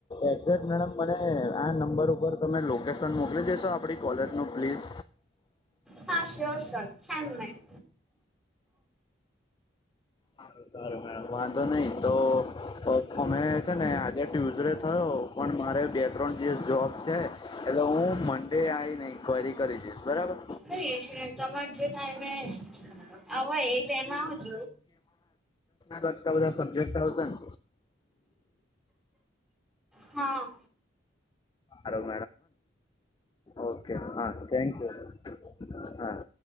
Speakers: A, on the left; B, in the centre.
A: એડરસ મેડમ મને આ નંબર ઉપર તમે લોકેશન મોકલી દેશો આપણી કોલેજનો પ્લીઝ
B: હા શ સર ખં નહી
A: સારું સારું વાંધો નઈ તો અમે છે ને આજે ટ્યુઝડે થયો પણ મારે બે ત્રણ દિવસ જોબ છે એટલે હું મંડે આવીને ન્ક્વાયરી કરી જઈશ બરાબર
B: થઈ હ છે. ને તમારે જે ટાઈમે આવ એ ટાઈમે આવજ
A: બધા સબ્જેક્ટ આવશે ને
B: હા
A: સારું ઓકે હા થન્ક યુ હા